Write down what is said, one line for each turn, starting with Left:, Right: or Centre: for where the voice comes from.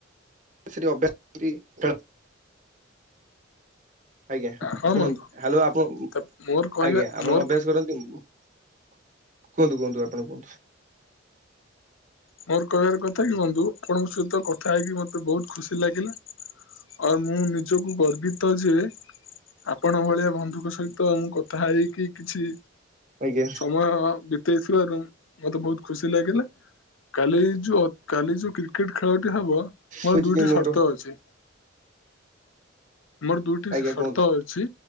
Right: ସେଠି ଅଭ୍ୟାସ କରକି ଖେଳ। ଆଜ୍ଞା
Left: ହଁ
Right: ଶୁଣନ୍ତୁ
Left: ବନ୍ଧୁ।
Right: ହାଲୋ ଆପଣ
Left: ତା ମୋର କହିବା
Right: ଆଜ୍ଞା ଆପଣ
Left: ମୋର
Right: ଅଭ୍ୟାସ କରନ୍ତିନି। କୁହନ୍ତୁ କୁହନ୍ତୁ ଆପଣ କୁହନ୍ତୁ।
Left: ମୋର କହିବାର କଥାକି ବନ୍ଧୁ ଆପଣଙ୍କ ସହିତ କଥା ହେଇକି ମତେବହୁତ ଖୁସି ଲାଗିଲା ଆଉ ମୁଁ ନିଜକୁ ଗର୍ବିତଯେ ଆପଣ ଭଳିଆ ବନ୍ଧୁଙ୍କ ସହିତ ମୁଁ କଥାହେଇକି କିଛି
Right: ଆଜ୍ଞା
Left: ସମୟ ଅ ଅ ବି ଦେଇଥିବାରୁ ମତେବହୁତ ଖୁସିଲାଗିଲା। କାଲି ଯୋଉ କାଲି ଯୋଉ କ୍ରିକେଟ ଖେଳଟିହବ ମୋର
Right: ହଉଛି
Left: ଦୁଇଟି
Right: କି ମୋର
Left: ସର୍ତଅଛି। ମୋର ଦୁଇଟି
Right: ଆଜ୍ଞା
Left: ସର୍ତଅଛି
Right: କୁହନ୍ତୁ